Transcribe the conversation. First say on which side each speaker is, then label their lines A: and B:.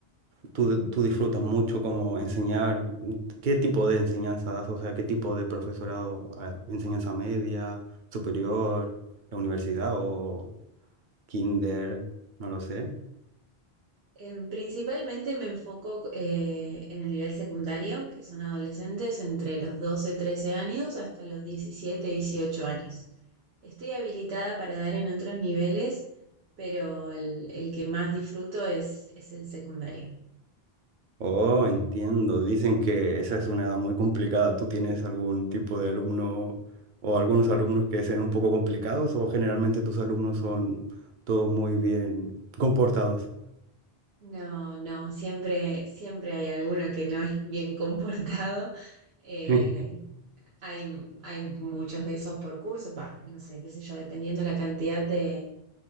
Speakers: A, on the right (about 55°); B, on the right (about 85°).
A: tú, tú disfrutas mucho como enseñar. ¿Qué tipo de enseñanza das? O sea, ¿qué tipo de profesorado? Ah, ¿Enseñanza media, superior, la universidad o...? kinder, no lo sé.
B: Em, principalmente me enfoco eh, en el nivel secundario, que son adolescentes entre los 12, 13 años hasta los 17, 18 años. Estoy habilitada para dar en otros niveles, pero el, el que más disfruto es, es el secundario.
A: Oh, entiendo. Dicen que esa es una edad muy complicada. ¿Tú tienes algún tipo de alumno o algunos alumnos que sean un poco complicados o generalmente tus alumnos son todos muy bien comportados?
B: No, no, siempre, siempre hay alguno que no es bien comportado. Eh,
A: <laughs>
B: hay, hay muchos de esos por curso, pa, no sé, qué sé yo, dependiendo la cantidad de